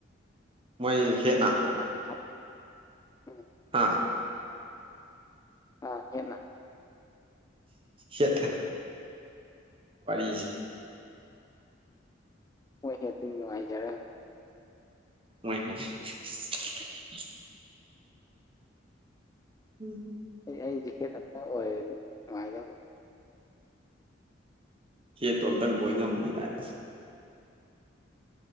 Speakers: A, on the right; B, on the left.
A: ꯃꯣꯏ ꯍꯦꯠꯅ
B: ꯑꯗ ꯍꯥꯞ ꯎꯝ
A: ꯍꯥꯥ
B: ꯑ ꯍꯦꯠꯅ
A: ꯍꯦꯠ ꯋꯥꯔꯤꯁꯤ
B: ꯃꯣꯏ ꯍꯦꯠꯇꯨꯗꯤ ꯅꯨꯡꯉꯥꯏꯖꯔ
A: ꯃ <unintelligible> ꯎꯝ
B: ꯑꯩꯁꯤ ꯍꯦꯠ ꯑꯝꯇꯪ ꯑꯣꯏꯔꯗꯤ ꯅꯨꯡꯉꯥꯏꯗꯣꯏꯅꯤ
A: ꯍꯦꯠꯇꯣ ꯑꯝꯇꯪ ꯑꯣꯏ ꯉꯝꯃꯗꯤ ꯕꯥꯏ